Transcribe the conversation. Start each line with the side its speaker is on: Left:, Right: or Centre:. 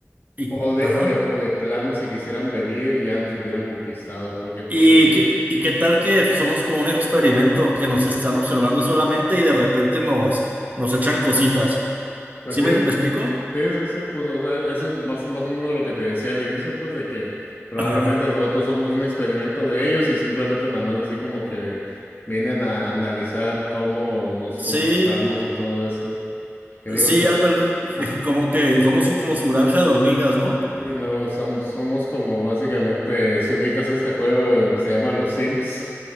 Right: y,
Left: o de,
Right: ajá.
Left: o de, o de plano si quisieran venir ya nos hubieran conquistado, porque pues,
Right: ¿Y
Left: supo-
Right: qué, y qué tal que somos como un experimento que nos están observando solamente y de repente nos, nos echan cositas?
Left: pues,
Right: ¿Sí
Left: sí.
Right: me, me explico?
Left: Sí, sí, sí, pues, o sea, eso es más, más o menos lo que te decía al inicio, pues, de que probablemente
Right: Ajá.
Left: nosotros somos un experimento de ellos y simplemente nada más así como que vienen a analizar cómo nos
Right: Sí,
Left: comportamos y todo eso. Que digo,
Right: sí,
Left: se-
Right: ándale. <laughs>
Left: ajá.
Right: Como que somos su- como su granja de hormigas, ¿no?
Left: Sí, no, somos, somos como básicamente, si ubicas este juego el que se llama Los Sims,